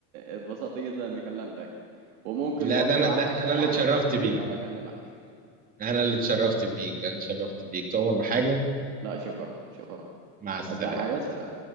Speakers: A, on the right; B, on the right.
A: اتبسطت جدا اني كلمتك وممكن
B: لا
A: برضه
B: ده انا
A: لو احتجت
B: ده انا
A: اي
B: اللي
A: حاجه
B: اتشرفت
A: في الطريق
B: بيك
A: ابقى اكلمك
B: انا اللي اتشرفت بيك انا اتشرفت بيك تؤمر بحاجة
A: لا شكرا شكرا
B: مع السلامة
A: عايزة حاجة سلام